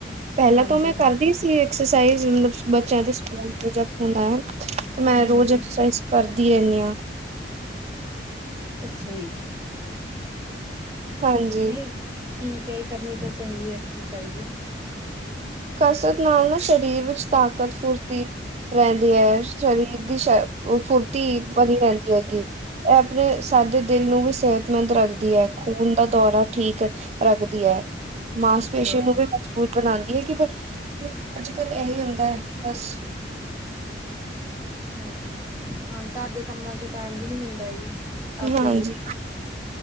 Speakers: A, on the right; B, on the right.
A: ਪਹਿਲਾਂ
B: ਹਾਂਜੀ
A: ਤੋਂ ਮੈਂ
B: ਹਾਂਜੀ
A: ਕਰਦੀ ਸੀ ਐਕਸਰਸਾਈਜ਼ ਮਤਲਬ ਬੱਚਿਆਂ ਦੇ ਸਕੂਲ ਦੇ ਜਬ ਹੁੰਦਾ ਐ 'ਤੇ ਮੈਂ
B: ਹਾਂਜੀ
A: ਰੋਜ਼ ਐਕਸਰਸਾਈਜ਼ ਕਰਦੀ ਰਹਿੰਨੀ ਆ।
B: ਅੱਛਾ ਜੀ।
A: ਹਾਂਜੀ
B: ਨਈ ਠੀਕ ਐ ਜੀ ਕਰਨੀ ਤਾਂ ਚਾਹੀਦੀ ਆ ਐਕਸਰਸਾਈਜ਼।
A: ਕਸਰਤ ਨਾਲ ਨਾ ਸਰੀਰ ਵਿੱਚ ਤਾਕਤ, ਫੁਰਤੀ ਰਹਿੰਦੀ ਐ ਸਰੀਰ ਦੀ ਸ਼ ਫ ਫੁਰਤੀ ਬਣੀ ਰਹਿੰਦੀ ਐਗੀ। ਏ ਆਪਣੇ ਸਾਡੇ ਦਿਲ ਨੂੰ ਵੀ ਸਿਹਤਮੰਦ ਰੱਖਦੀ ਐ ਖੂਨ ਦਾ ਦੌਰਾ ਠੀਕ ਰੱਖਦੀ ਐ। ਮਾਸਪੇਸ਼ੀਆਂ
B: ਅੱਛਾ ਜੀ
A: ਨੂੰ ਵੀ ਮਜ਼ਬੂਤ ਬਣਾਂਦੀ ਐ ਕਿ ਬਟ ਅੱਜ-ਕਲ ਐਹੀ ਹੁੰਦਾ ਬਸ
B: ਹਾਂ, ਹਾਂ ਘਰ ਦੇ ਕੰਮਾਂ ਚੋਂ ਟਾਇਮ ਵੀ ਨੀ ਮਿਲਦਾ ਜੀ। ਆਪਦੇ
A: ਹਾਂਜੀ।
B: ਲਈ